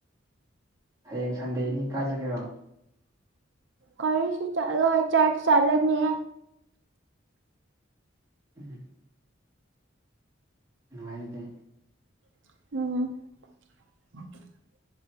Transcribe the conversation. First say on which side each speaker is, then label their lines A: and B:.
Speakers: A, on the right; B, on the right.
A: ꯍꯌꯦꯡ ꯁꯟꯗꯦꯅꯤ ꯀꯥꯏ ꯆꯠꯀꯦꯔꯣ
B: ꯀꯔꯤꯁꯨ ꯆꯠꯂꯣꯏ ꯆꯔꯆ ꯆꯠꯂꯅꯤ
A: <inaudible> ꯅꯨꯡꯉꯥꯏꯅꯤꯗꯦ
B: <unintelligible>